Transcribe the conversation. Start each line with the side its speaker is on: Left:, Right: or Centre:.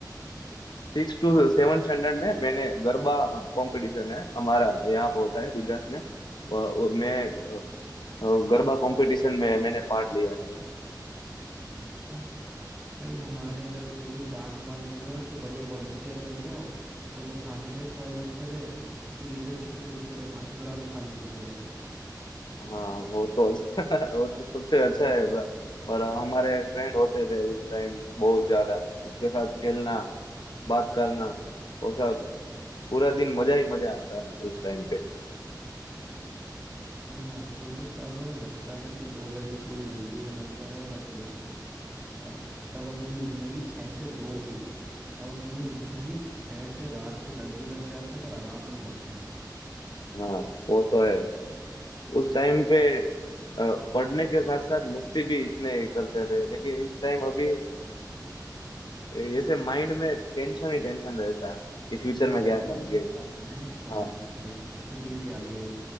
Left: सिक्स टू सेवन स्टैंडर्ड में मैंने गरबा कंपटीशन है हमारा यहाँ पे होता है गुजरात में अ, अ, मैं अ, गरबा कंपटीशन में मैंने पार्ट लिया था
Right: अच्छा भाई हमारे इधर तो वही डांस वांस होता था तो बढ़िया वॉलेंटियर बन जाओ तो जो खाने के स्टॉल लगते थे उसके पीछे से छुपके छुपके से खाना चुरा के खा लेते थे हम तो
Left: हाँ वो तो अच्छा <laughs> वो तो सबसे अच्छा है ब- और हमारे फ्रेंड होते थे उस टाइम बहुत ज्यादा उसके साथ खेलना बात करना वो सब पूरा दिन मजा ही मजा आता था उस टाइम पे
Right: वही ना आप सोचो तब लगता था कि दो बजे स्कूल जल्दी ख़त्म करे और अब देखो अब तब अपनी ज़िंदगी छः से दो थी अब अपनी ज़िंदगी छः से रात के दस भी बज जाते हैं पर आराम नहीं मिलता
Left: हाँ वो तो है उस टाइम
Right: भाई
Left: पे अ, पढ़ने के साथ साथ मस्ती भी इतने करते थे लेकिन इस टाइम अभी जैसे माइंड में टेंशन ही टेंशन रहता है कि फ्यूचर
Right: ये रिस्पॉन्सिबिलिटी
Left: में क्या करेंगे
Right: आ गई ना यार अपन
Left: हाँ
Right: रिस्पॉन्सिबिलिटी आ गई है